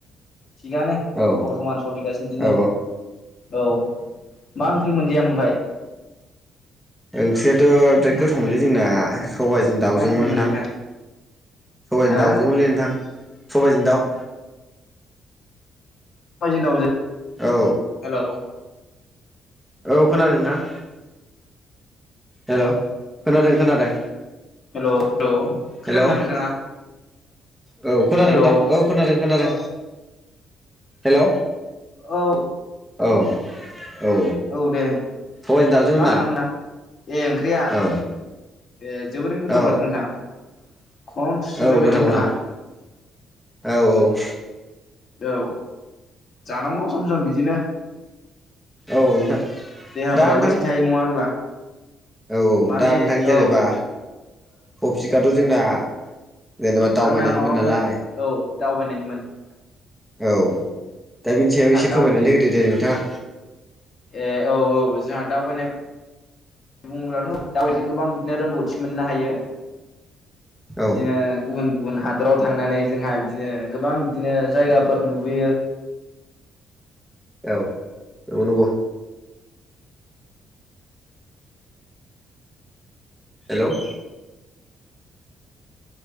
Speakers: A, on the left; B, in the centre.
A: थिगानो।
B: औ
A: बरथमान सलिगासिनो बिदिनो
B: औ
A: औ मा ओंख्रि मोनजाया ओमफ्राय?
B: ओंख्रियाथ' बिराद गोथावमोनलै जोंना सबाइ जों दाउजोंमोन
A: मा ओंख्रिमोन
B: थां,
A: नोंथां
B: सबाइजों
A: हा
B: दाउजोंमोनलै नोंथां सबाइजों दाउ।
A: सबाइजों दाउजों।
B: औ
A: हेल'।
B: औ खोनादों नोंथां। हेल' खोनादों खोनादों।
A: हेल' हेल' खोनादोंना
B: हेलौ
A: नोंथाङा?
B: औ खोनादों
A: हेलौ
B: नोंथां औ खोनादों खोनादों।
A: औ
B: हेल'!
A: औ।
B: औ औ
A: औ दे
B: सबाइजों दाउजों
A: मा
B: होनदां।
A: होनामोन नोंथां ए ओंख्रिया
B: औ
A: ए जोबोरैनो गोथाव
B: औ
A: माथो नोंथां। खम थुसोमबाय
B: औ गोथाव
A: बे नोंथाङा
B: गोथाव औ औ।
A: औ जानांगौ सम सम बिदिनो।
B: औ नोंथां
A: देहाफोराबो
B: दा नोंथां
A: थिग थायो नङा होनब्ला।
B: औ औ
A: माने
B: दा नोंथां जेनेबा
A: औ ओ
B: तपिकाथ' जोंना जेनेबा दावबायनायनिमोन
A: आंना माबामोन
B: नालाय
A: औ दावबायनायनिमोन
B: औ दा बिनि
A: जोंहा
B: सायाव एसे
A: दावबायनाय
B: फोरमायनानै होदो दे नोंथाङा।
A: ए औ औ। जोंहा दावबायनाय बुङोब्लाथ' दावबायजों गोबां बिदिनो रोंगौथि मोननो हायो। बिदिनो
B: औ
A: गुबुन गुबुन हादराव थांनानै जोंहा बिदिनो गोबां बिदिनो जायगाफोर नुबोयो।
B: औ नंगौ नंगौ। हेल'!